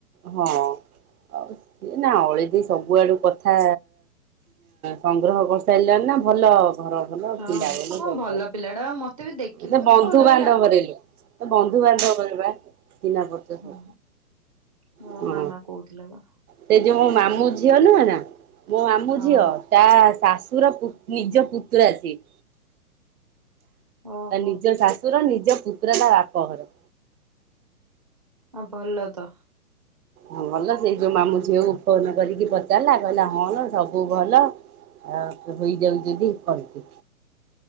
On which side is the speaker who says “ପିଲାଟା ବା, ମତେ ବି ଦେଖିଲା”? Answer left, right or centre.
Right